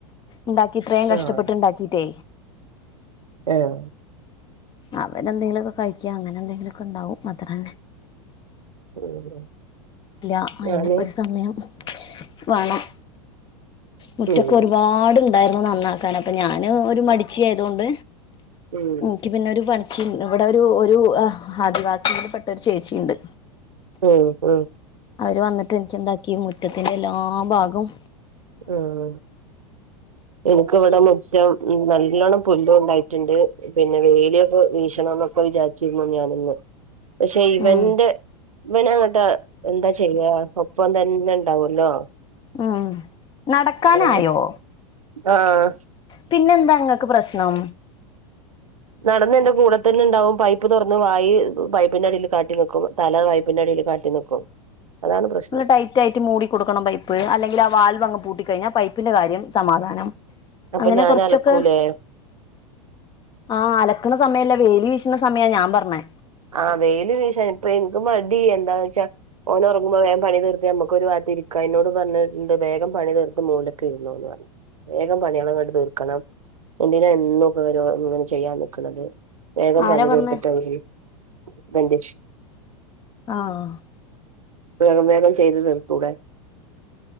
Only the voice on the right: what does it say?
ആഹ് ഏഹ്
ഉം
ഞാന്
ഉം
ഉം
ഉം ഉം
ആഹ് ഇൻക്ക് ഇവിടെ മുറ്റം നല്ലോണം പുല്ലും ഉണ്ടായിട്ടുണ്ട് പിന്നെ വേലിയൊക്കെ വീഷണം എന്നൊക്കെ വിചാരിച്ചിരുന്നു ഞാനിന്ന് പക്ഷെ ഇവന്റെ
ഇവന് അങ്ങട്ട് എന്താ ചെയ്യ ഒപ്പം തന്നെണ്ടാവല്ലോ.
അതൊണ്ട് ആഹ്
നടന്ന് എന്റെ കൂടെത്തന്നെ ഇണ്ടാവും. പൈപ്പ് തൊറന്ന് വായി പൈപ്പിന്റെ അടില് കാട്ടി നിൽക്കും <unintelligible> തല വായ്പിന്റെടില് കാട്ടി നിക്കും. അതാണ് പ്രശ്നം
അപ്പൊ
ഞാൻ
അലക്കൂലേ
ആഹ് വേല് വീശാൻ ഇപ്പ എ മടി എന്താന്ന് വെച്ചാ ഓന് ഒറങ്ങുമ്പോ വേം പണി തീർത്ത് നമുക്ക് ഒരു വാത്തി ഇരിക്കാന ഇന്നോട് പറഞ്ഞിട്ട്ണ്ട് വേഗം പണി തീർത്ത് മൂലൊക്കെ ഇരുന്നൊന്ന് പറഞ്ഞു. വേഗം പണികളങ്ങട്ട് തീർക്കണം. എന്തിനാ എന്നും വരെ വരു ഇങ്ങനെ ചെയ്യാൻ നിക്ക്ണത്. വേഗം
പണി
തീർത്തിട്ടാണെങ്കി <unintelligible> വന്ഡ
വേഗം വേഗം ചെയ്തു തീർത്തൂടെ.